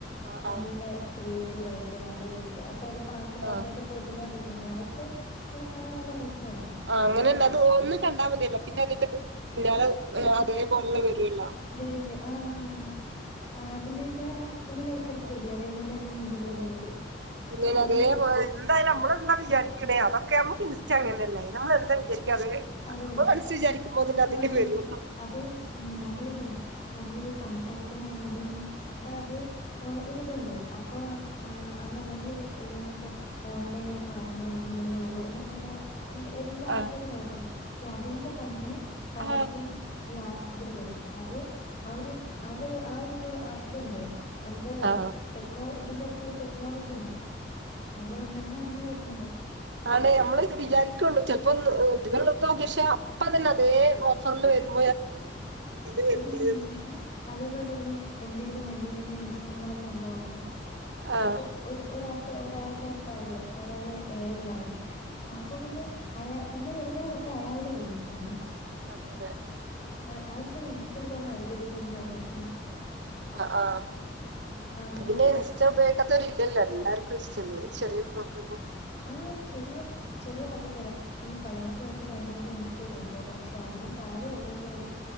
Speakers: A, on the right; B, on the left.
A: ആ
B: നല്ലേ
A: ആ
B: ക്രിയേറ്റീവ് ആയിട്ട് നല്ല രീതിക്ക് അപ്പൊ അത് പാർട്ട് പാർട്ടായിട്ട്
A: ആ
B: ഇപ്പൊ ഒരുപാട് ഇടുന്നുണ്ട് അതൊക്കെ അങ്ങനെ കാണാൻ നല്ല രസവാ
A: ആഹ് അങ്ങനെയുണ്ട് അത് ഒന്ന് കണ്ടാ മതിയല്ലോ പിന്നെ അതിന്റെ പിന്നാലെ അതേപോലുള്ളേ വരുവല്ലോ
B: വരും വരും ആഹ് ആഹ് അതിന്റെ താഴെ ഒരു ലൈക്ക് അടിച്ച
A: ആ,
B: മതി അതേപോലെ തന്നെ വീണ്ടും വീണ്ടും
A: അതെ
B: വരും
A: ഇങ്ങനെ
B: അങ്ങനെ
A: അതേപോലെ എന്തായാലും നമ്മളെന്താ വിചാരിക്കണേ അതൊക്കെ നമുക്ക് ഇൻസ്റ്റാ അങ്ങനെയല്ലേ നമ്മള് എന്താ വിചാരിക്കുക അത്
B: അത് തന്നെ
A: അപ്പൊ മനസ്സിൽ വിചാരിക്കുമ്പോ തന്നെ
B: ആഹ്
A: അതില് വരും
B: അത് ഉം നമ്മളീ നമ്മളീ സംസാരിക്കുന്നാണേലും ഒക്കെ അത് ഒരിതുണ്ട് അപ്പൊ അങ്ങനെ നമ്മള് ഈ ഓരോന്നൊക്കെ ഓൺലൈനായിട്ട് വാങ്ങുമ്പോ നമ്മളിങ്ങനെ ഓരോ ഇങ്ങനെ എന്ത് ഏതെങ്കിലും ആപ്പി
A: ആ
B: കേറി നോ ക്ക്യാ അതിന്റെത്തന്നെ
A: ആ
B: പരസ്യം
A: ആ,
B: ഈ ഇതില് വരും അത് അവര് അത് ആഹ് ഒരിത് ഇതോണ്ട് എന്തോ
A: ആ
B: ടെക്നോള ഇതിന്റെ എടക്കൊരു ടെക്നോളജിയൊണ്ട് അതുകൊണ്ടാണ് അങ്ങനെ വരുന്നത്.
A: ആണേ നമ്മള് വിചാരിക്കുള്ളൂ ചെലപ്പോ <unintelligible> അപ്പം തന്നെ അതേ ഓഫറില് വരും. <unintelligible>
B: ഉം അതേപോലെ ഈ എന്തെലും വല്യ വല്യ വിഷയങ്ങളൊക്കെ ഇണ്ടാവുമ്പോ
A: ആഹ്
B: ഇപ്പോ ഒരു ഒരാക്ക് ഒരാൾടെ കാര്യാ ഒരാള് ഏയറിലായി അപ്പം പിന്നെ അയാ പിന്നെ വരുന്നത് മൊത്തം അയാൾടെ റീൽസാണ്.
A: അതെ അതെ
B: ആഹ് അതെന്തോ ഇൻസ്റ്റഗ്രാം അൽഗോരിതം ന്ന് പറയും.
A: ആഹ് ആഹ്
B: അങ്ങനെ
A: ഇപ്പോ പിന്നെ ഇൻസ്റ്റ ഉപയോഗിക്കാത്തോര് ഇല്ലല്ല എല്ലാർക്കും ഇൻസ്റ്റലേ ചെറിയ മക്കക്കും
B: ആഹ് ചെറിയ ചെറിയ മക്കക്ക് വരെ ഈ പതിനെട്ട് വയസ് കഴിഞ്ഞവരെ ഇൻസ്റ്റ ഉപയോഗിക്കാവു പക്ഷേ അതിലും താഴെ ഒള്ളവ വരെ